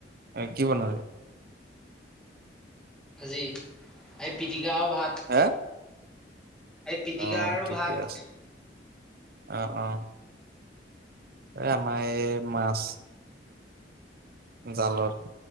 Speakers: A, on the right; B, in the centre.
A: কি বনালি?
B: আজি আই পি টি। গাওঁ ভাত এটি
A: হে
B: এই পিটিকা
A: অ
B: আৰু
A: ঠিকে
B: ভাত।
A: আছে অ, অ। এই আমাৰ এই মাছ জালত,